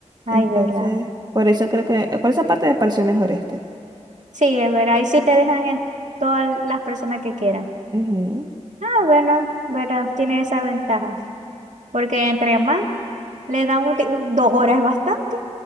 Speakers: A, on the right; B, on the right.
A: Ay,
B: Entonces,
A: verdad.
B: por eso creo que, por esa parte me pareció mejor este.
A: Sí, es verdad. Y sí te dejan en todas las personas que quieran.
B: Ujú.
A: Ah, bueno, verdad, tiene esa ventaja. Porque entre más le dan un ti- dos horas es bastante.